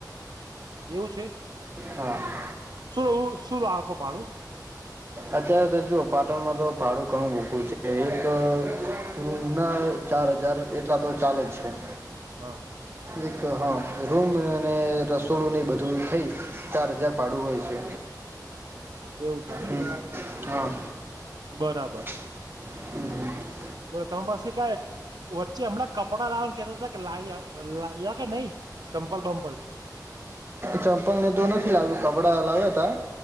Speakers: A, on the right; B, on the right.
A: એવું છે.
B: હા.
A: શું શું આપો ભાડું
B: અત્યારે તો જુઓ પાટણમાં તો ભાડું ઘણું મૂઘુ છે એક રૂમના ચાર હજાર એટલા તો ચાલે જ છે.
A: હા.
B: એક હા રૂમને ર. સોડું નહિ બધું થઈ ચાર હજાર ભાડું હોય છે
A: એવું છે ને
B: હમ્મ. હા.
A: બરાબર.
B: હમ્મ હમ્મ.
A: બલો તમે પછી ક વચ્ચે હમણાં કપડાં લાવવાનું કેતો લ લાવ કે નઈ? ચંપલ બંપલ.
B: ચંપલ ને તો નથી લાગ્યું કપડા લાવ્યા તા.